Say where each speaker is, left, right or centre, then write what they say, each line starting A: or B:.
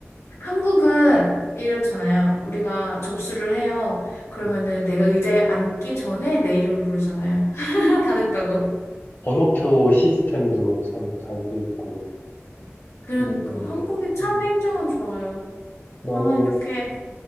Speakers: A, on the left (about 70°); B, on the left (about 45°).
A: 한국은 이렇잖아요. 우리가 접수를 해요. 그러면은
B: 네.
A: 내가 의자에 앉기 전에 내 이름을 부르잖아요. <laughs> 다 됐다고.
B: 번호표 시스템도 참 잘 돼 있고,
A: 그러니까
B: 참 좋은데,
A: 한국이 참
B: 음,
A: 행정은 좋아요.
B: 너무
A: 아, 이렇게